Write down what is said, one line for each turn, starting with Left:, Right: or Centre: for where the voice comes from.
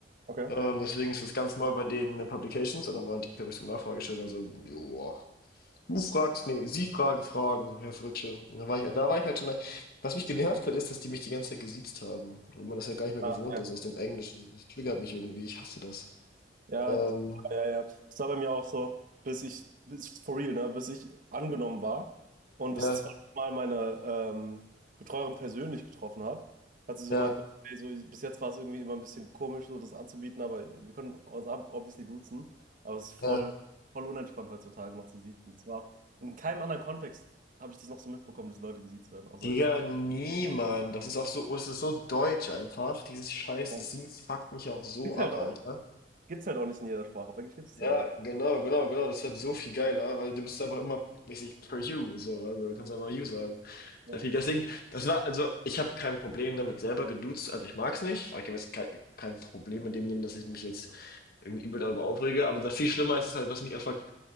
Right: Okay.
Left: Ähm, deswegen ist es ganz neu bei denen in den Publications. Und dann war die, glaube ich, so eine Nachfrage gestellt, also, joa. Du fragst, nee, sie fragen Fragen, Herr Fritsche. Und Da war ich, da war ich halt schon. Was mich genervt hat, ist, dass die mich die ganze Zeit gesiezt haben. Weil man das ja gar nicht mehr gewohnt
Right: Ah.
Left: ist aus dem Englischen. Das triggert mich irgendwie. Ich hasse das.
Right: Ja,
Left: Ähm,
Right: d- ja, ja. ja. Das war bei mir auch so, bis ich, bis, for real, ne, bis ich angenommen war und
Left: ja,
Right: das zweite Mal meine ähm, Betreuerin persönlich getroffen habe, hat sie so
Left: ja,
Right: gemeint, "Ey, so, bis jetzt war es irgendwie immer ein bisschen komisch, so das anzubieten, aber wir können uns ab, obviously duzen, aber es ist voll,
Left: ja.
Right: voll unentspannt heutzutage noch zu siezen. Das war auch, in keinem anderen Kontext habe ich das noch so mitbekommen, dass Leute gesiezt werden, außer
Left: Digga,
Right: jetzt.
Left: niemand. Das ist auch so, es ist so deutsch einfach. Dieses scheiß
Right: Ja.
Left: Sie fuckt mich auch so
Right: Ist
Left: ab,
Right: halt auch
Left: Alter.
Right: Gibt's halt auch nicht in jeder Sprache, auf Englisch gibt's es
Left: Ja,
Right: einfach.
Left: genau, genau, genau. Das ist halt so viel geiler, weil du bist einfach immer mäßig per you, so. Also, du kannst einfach you sagen.
Right: Ja,
Left: Der Flieger. Deswegen, das war, also ich habe kein Problem damit selber geduzt, also ich mag's nicht, aber ich habe jetzt kein, kein Problem mit dem nehmen, dass ich mich jetzt irgendwie übel darüber aufrege, aber das viel schlimmer ist es halt, was mich erfragt,